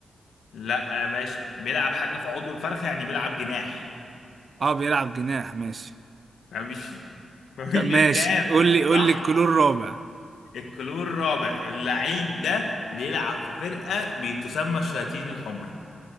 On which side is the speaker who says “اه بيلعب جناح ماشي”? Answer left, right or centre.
Right